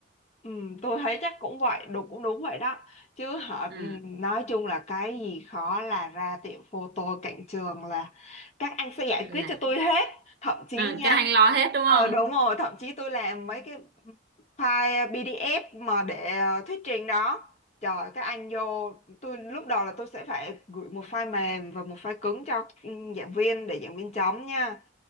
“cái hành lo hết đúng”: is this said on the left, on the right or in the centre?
Right